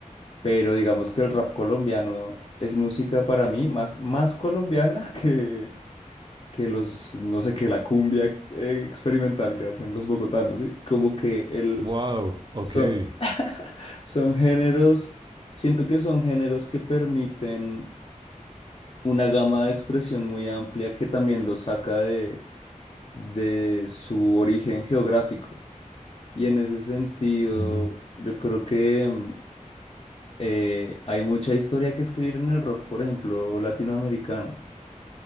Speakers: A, on the left (about 40°); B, on the right (about 35°).
A: pero digamos que el rap colombiano es música para mí más, más colombiana <laughs> que, que los, no sé, que la cumbia eh, experimental que hacen los bogotanos, ¿sí? Como que el,
B: Wow, ok.
A: son, son géneros, siento que son géneros que permiten una gama de expresión muy amplia que también lo saca de, de su origen geográfico. Y en ese sentido,
B: Ujú,
A: yo creo que mm, eh, hay mucha historia que escribir en el rock, por ejemplo, latinoamericano.